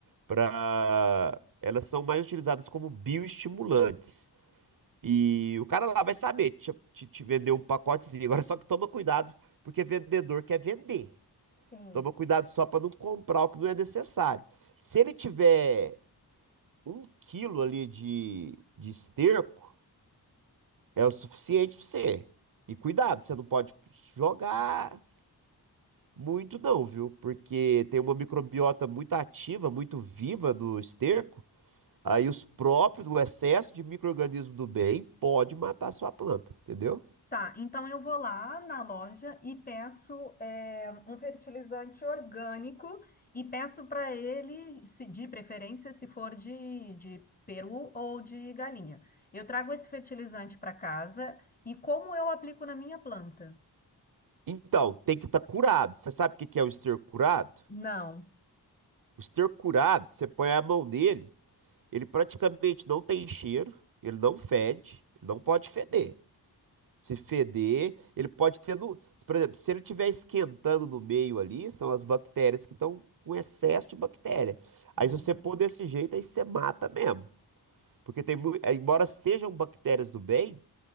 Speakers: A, on the right; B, on the left.
A: para. Elas são mais utilizadas como bioestimulantes. E o cara lá vai saber te, te- te vender um pacotezinho. Agora só que toma cuidado, porque vendedor quer vender.
B: sim.
A: Toma cuidado só para não comprar o que não é necessário. Se ele tiver um quilo ali de, de esterco, é o suficiente para você. E cuidado, você não pode jogar. Muito não, viu? Porque tem uma microbiota muito ativa, muito viva no esterco. Aí os próprios, o excesso de micro-organismo do bem pode matar a sua planta, entendeu?
B: Tá, então eu vou lá na loja e peço é, um fertilizante orgânico e peço para ele, se de preferência, se for de, de peru ou de galinha. Eu trago esse fertilizante para casa e como eu aplico na minha planta?
A: Então, tem que estar curado. Você sabe o que que é o esterco curado?
B: Não.
A: O esterco curado, você põe a mão nele, ele praticamente não tem cheiro, ele não fede, ele não pode feder. Se feder, ele pode ter no, por exemplo, se ele estiver esquentando no meio ali, são as bactérias que estão com excesso de bactéria.
B: Uhum.
A: Aí se você pôr desse jeito, aí você mata mesmo. Porque tem, mui- embora sejam bactérias do bem,